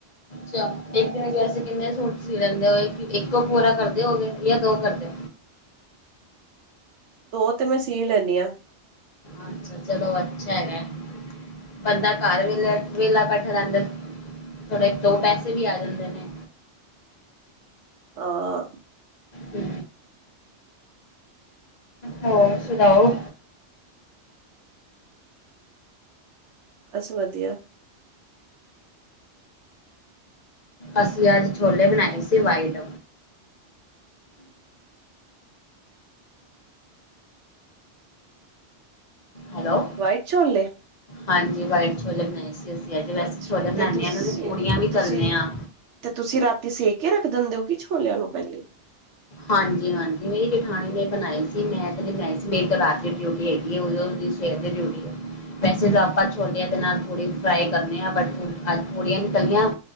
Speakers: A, on the left (about 40°); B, on the right (about 80°).
A: ਚ ਇੱਕ ਦਿਨ ਵੈਸੇ ਕਿੰਨੇ ਸੂਟ ਸੀ ਲੈਂਦੇ ਹੋ ਇੱਕੋ ਪੂਰਾ ਕਰਦੇ ਹੋਗੇਏ ਯਾ ਦੋ ਕਰਦੇ।
B: ਦੋ ਤੇ ਮੈਂ ਸੀ ਲੈਨੀ ਹਾਂ।
A: ਅੱਛਾ ਚਲੋ ਅੱਛਾ ਹੈਗਾ ਬੰਦਾ ਘਰ ਵੇਲਾ ਵਹਲਾ ਬੈਠੇ ਰਹਿੰਦਾ। ਥੋੜੇ ਦੋ ਪੈਸੇ ਵੀ ਆ ਜਾਂਦੇ ਨੇ।
B: ਹਾਂ
A: ਹੁ ਹੋਰ ਸੁਣਾਓ?
B: ਬਸ ਵਧੀਆ।
A: ਅਸੀ ਅੱਜ ਛੋਲੇ ਬਣਾਏ ਸੀ ਵਾਈਟ। ਹੈਲੋ
B: ਵਾਈਟ ਛੋਲੇ।
A: ਹਾਂਜੀ, ਵਾਈਟ ਛੋਲੇ ਬਣਾਏ ਸੀ ਅਸੀ ਅੱਜ ਵੈਸੇ
B: ਅੱਛਾ
A: ਛੋਲੇ ਬਣਾਨੇ
B: ਤੁਸੀਂ
A: ਹਾਂ ਨਾ ਤੇ ਪੂੜੀਆ ਵੀ
B: ਤੁਸੀਂ
A: ਤਲਣੇ ਆ।
B: ਤੇ ਤੁਸੀਂ ਰਾਤੀ ਸੇ ਕੇ ਰੱਖ ਦਿੰਦੇ ਹੋ ਕਿ ਛੋਲਿਆ ਨੂੰ ਪਹਿਲੇ।
A: ਹਾਂਜੀ-ਹਾਂਜੀ ਮੇਰੀ ਜਠਾਣੀ ਨੇ ਬਣਾਈ ਸੀ ਮੈਂ ਤੇ ਨੀ ਬਣਾਈ ਸੀ ਮੇਰੀ ਤੇ ਰਾਤ ਦੀ ਡਿਊਟੀ ਹੈਗੀ ਹੈ <unintelligible> ਸਵੇਰ ਦੀ ਡਿਊਟੀ ਏ। ਵੈਸੇ ਤਾਂ ਆਪਾਂ ਛੋਲਿਆ ਦੇ ਨਾਲ ਥੋੜੀ ਫਰਾਈ ਕਰਨੇ ਆ ਬਟ ਅੱਜ ਪੂੜੀਆਂ ਨੀ ਤਲੀਆ।